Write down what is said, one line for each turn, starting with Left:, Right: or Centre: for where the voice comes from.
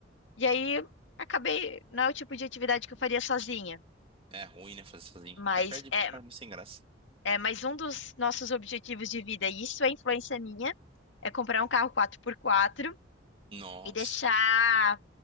Left: E aí acabei, não é o tipo de atividade que eu faria sozinha,
Right: É ruim, né, fazer sozinho.
Left: mas
Right: Até perde
Left: é,
Right: de ficar meio sem graça.
Left: é mais um dos nossos objetivos de vida, e isso é influência minha, é comprar um carro quatro por quatro
Right: Nossa.
Left: e deixar.